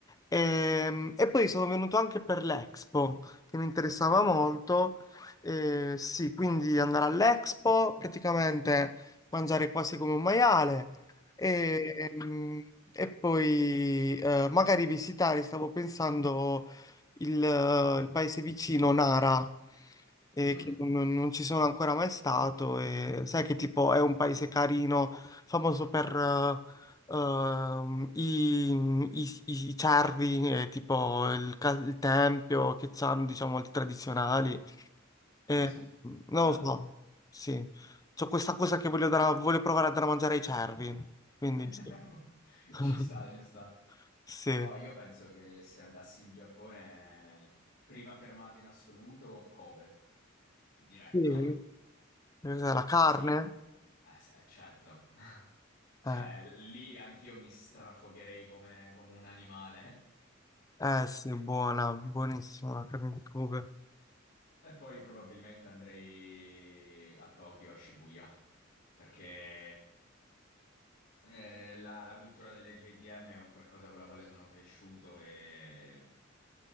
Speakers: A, on the left; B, on the left.
A: Ehm, E, poi sono venuto anche per l'Expo, che mi interessava molto. Eh, sì, quindi andare all'Expo, praticamente mangiare quasi come un maiale e, ehm, e poi eh, magari visitare, stavo pensando il, eh, il paese vicino, Nara, eh,
B: Mm,
A: Mm. che non, non ci sono ancora mai stato. E sai che tipo è un paese carino, famoso per eh, ehm, i, i- i- i cervi, eh, tipo il, ca- il tempio che hanno, diciamo, molti tradizionali. Eh,
B: sì, sì.
A: non
B: Bello.
A: lo so, sì. C'ho questa cosa che voglio, dare a- voglio provare a dare a mangiare ai cervi, quindi
B: <laughs>
A: sì. <laughs>
B: Ci sta, ci sta.
A: Sì.
B: Oh, io penso che se andassi in Giappone, prima fermata in assoluto, Kobe, diretto.
A: Sì. Cos'è, La carne?
B: Sì, eh, s- eh, certo. <laughs> Cioè,
A: Eh.
B: lì anch'io mi strafogherei come, come un animale.
A: Eh sì, buona, buonissima la carne di Kobe.
B: E poi probabilmente andrei a Tokyo, a Shibuya, perché eh, la, la cultura delle JDM è un qualcosa con la quale sono cresciuto e